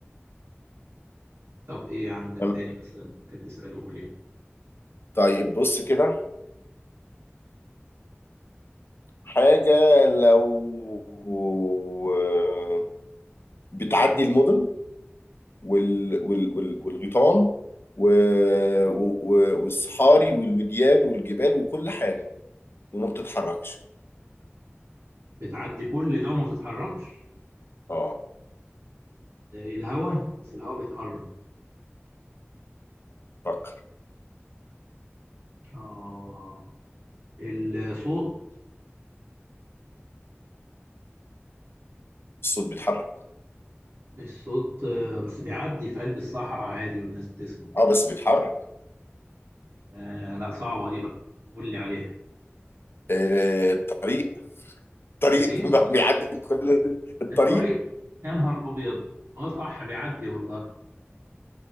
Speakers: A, on the right; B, on the left.
A: طب ايه عندك
B: تمام.
A: تاني مثلا ممكن تساله لي
B: طيب بص كده حاجة لو آه، بتعدي المدن وال... وال... وال... والغيطان و... و... و- والصحاري والوديان والجبال وكل حاجة وما بتتحركش
A: بتعدي كل ده وما بتتحركش
B: اه
A: آه، الهواء بس الهواء بيتحرك
B: فكر
A: اه الصوت
B: الصوت بيتحرك
A: الصوت آه، بس بيعدي في قلب الصحراء عادي والناس بتسمع
B: اه بس بيتحرك
A: آه لا صعبه دي بقى قول لي عليها
B: آه، الطريق طريق
A: الايه
B: <laughs> بيعدي كل الطريق
A: الطريق يا نهار ابيض اه صح بيعدي والله